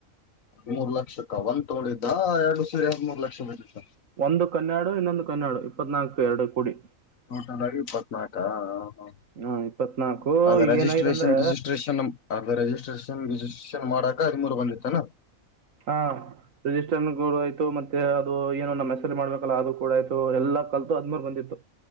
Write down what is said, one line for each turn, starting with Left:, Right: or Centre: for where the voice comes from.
Left: ಹದಿಮೂರ್ ಲಕ್ಷಕ್ಕ ಒಂದ್ ತೊಂಡಿದ್ದ ಎರಡು ಸೇರಿ ಹದಿಮೂರ್ ಲಕ್ಷ ಬಿದ್ದಿತ್ತ.
Right: ಒಂದುಕ್ಕ ಆನ್ನಾಡು ಇನ್ನೊಂದುಕ್ಕ ಆನ್ನಾಡು ಇಪ್ಪತ್ ನಾಲ್ಕು ಎರಡು ಕೂಡಿ.
Left: ಟೋಟಲ್ ಆಗಿ ಇಪ್ಪತ್ನಾಕ ಹ್ಮ ಹ್ಮ
Right: ಹಾಂ ಇಪ್ಪತ್ನಾಲ್ಕು
Left: ಅದ
Right: ಈಗ
Left: ರರಿಜಿಸ್ಟ್ರೇಷನ್
Right: ಏನಾಗಿದೆ ಅಂದರೆ
Left: ಗಿಜಿಸ್ಟ್ರೇಷನ್ ಅ ಬೇರೆ ರರಿಜಿಸ್ಟ್ರೇಷನ್ಸ್ಟ ಗಿಜಿಸ್ಟ್ರೇಷನ್. ಮಾಡಾಕ ಹದಿಮೂರು ಬಂದಿತ್ತೇನ.
Right: ಹಾ ರಿಜಿಸ್ಟ್ರನ್ಗು ಆಯ್ತು ಮತ್ತೆ. ಅದು ಏನು ನಮ್ಮ ಹೆಸರಿಲಿ ಮಾಡಬೇಕಲ್ಲ ಅದು ಕೂಡ ಆಯ್ತು ಅದೆಲ್ಲ ಎಲ್ಲಾ ಕಲ್ತ ಅದ್ಮರು ಬಂದಿತ್ತು.